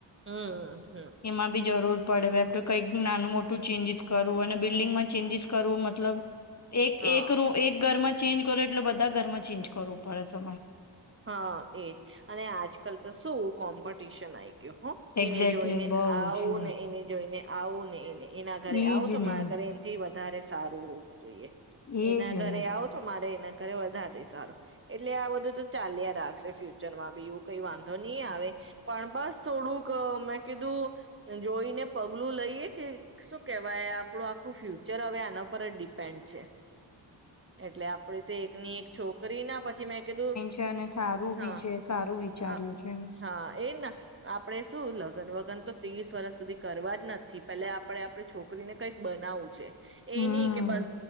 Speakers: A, on the right; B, on the left.
A: હું
B: એમાં બી જરૂર પડે <unintelligible> કંઈક નાનું-મોટું ચેન્જીિસ કરવું અને બિલ્ડિંગમાં ચેન્જીિસ કરવું મતલબ એક
A: હા
B: એક રૂ એક ઘરમાં જ ચેન્જ કરો એટલે બધા ઘરમાં ચેન્જ કરવું પડે તમે.
A: હા, એજ અને આજકલ તો શું, કોમ્પિટિશન આઈ ગ્યો હો.
B: એક્ઝેક્ટલી
A: એને જોઈને
B: બઉ
A: આવું
B: જ
A: ને એને જોઈને આઉન ને એને એના ઘરે
B: એજ
A: આવું તો
B: ને
A: મારા ઘરે એનથી વ ધારે સારું જોઈએ.
B: એજ
A: એના ઘરે
B: ને
A: આવો તો મા લઈ ને ઘરે વધાર દઈશ હારું. એટલે આ બધું તો ચાલ્યા રાખશે ફ્યુચરમાં બી એવું કઈ વાંધો નહી આવે. પણ બસ થોડુંક અહ મેં કીધું જોઈને પગલું લઈએ કે શું કેવાય આપણું આખું ફ્યુચર હવે આના પર જ ડિપેન્ડ છે. એટલે આપ પણી તે એકની એક છોકરી ના પછી મેં કીધું
B: કે અને સારું
A: હા
B: બી છે સારું વિચાર્યું
A: આ-
B: છે.
A: હા એ ના આપડે શું લગ્ન વગન તો ત્રીસ વર્ષ સુધી કરવા જ નથી પેલે આપડે આપડ છોકરીને કઈક બનાવું છે.
B: હમ
A: એ ની કે બસ